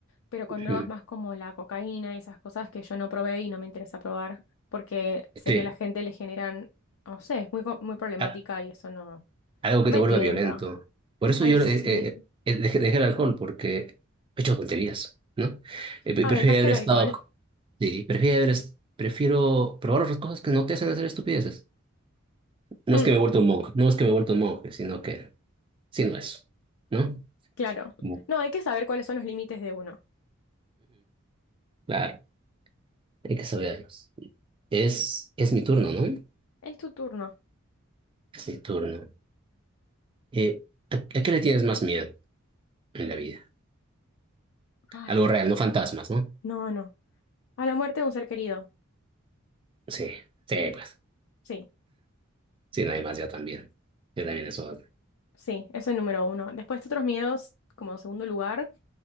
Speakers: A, on the left (about 80°); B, on the right (about 25°).
A: pero con
B: Ujú.
A: drogas más como la cocaína, esas cosas que yo no probé y no me interesa probar, porque sé
B: Sí,
A: que a la gente le generan, no sé, es muy, co- muy problemática
B: a-
A: y eso no, no
B: algo que
A: me
B: te vuelva
A: tienta.
B: violento. Por eso
A: Ay,
B: yo
A: sí.
B: eh, eh, eh, eh, dejé, dejé el alcohol, porque he hecho tonterías, ¿no? Eh, pre-
A: Ah,
B: prefiero
A: dejaste
B: haber
A: el
B: estado,
A: alcohol.
B: sí, prefiero haber es- prefiero probar otras cosas que no te hacen hacer estupideces. No
A: Mm,
B: es que me he vuelto un monje, no es que me he vuelto un monje, sino que, sino eso, ¿no?
A: claro.
B: Ujú,
A: No, hay que saber cuáles son los límites de uno.
B: Claro, hay que saberlos. Es, es mi turno, ¿no?
A: Es tu turno.
B: Es mi turno. Eh, ¿a, a qué le tienes más miedo en la vida?
A: Ay,
B: Algo real, no fantasmas, ¿no?
A: no, no. A la muerte de un ser querido.
B: Sí, sí, pues.
A: Sí.
B: Sí, nadie más, yo también. Yo también eso.
A: Sí, eso es el número uno. Después otros miedos, como en segundo lugar,